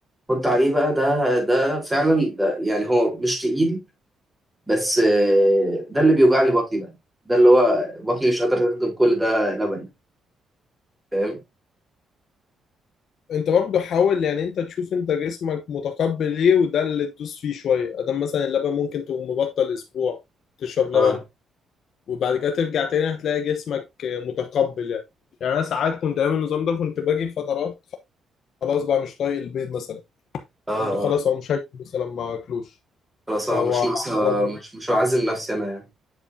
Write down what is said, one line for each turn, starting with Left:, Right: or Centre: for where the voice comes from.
Centre: حط عليه بقى ده ده فعلا ده يعني هو مش تقيل بس آه، ده اللي بيوجع لي بطني بقى ده اللي هو بطني مش قادرة تهضم كل ده لبن فاهم؟
Left: أنت برضه حاول يعني أنت تشوف أنت جسمك متقبل إيه وده اللي تدوس فيه شوية أدام مثلا اللبن ممكن تقوم مبطل أسبوع تشرب
Centre: اه
Left: لبن وبعد كده ترجع تاني هتلاقي جسمك متقبل يعني يعني انا ساعات كنت ايام النظام ده كنت باجي فترات خلاص بقى مش طايق البيض مثلا
Centre: اه
Left: كنت خلاص
Centre: اه
Left: او مش هاكل مثلا ما اكلوش
Centre: خلاص اه
Left: او
Centre: مش ناقصة
Left: أو-
Centre: مش مش هعزم نفسي أنا يعني